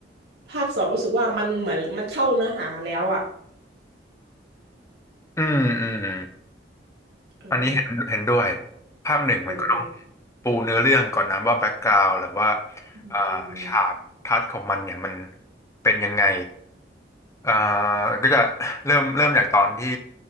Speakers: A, on the right (about 65°); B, on the left (about 15°).
A: ภาคสองรู้สึกว่ามันเหมือนมันเข้าเนื้อหาแล้วอะ
B: อืมอืม
A: เออ
B: อันนี้เห็นเห็นด้วยภาคหนึ่งมันก็ต้อง
A: เออเออ
B: ปูเนื้อเรื่องก่อนนะว่าแบ็กกราวด์หรือว่า
A: อื
B: เอ่อฉากทัศน์ของมันเนี่ยมัน
A: ม
B: เป็นยังไงเอ่อก็จะเริ่มเริ่มจากตอนที่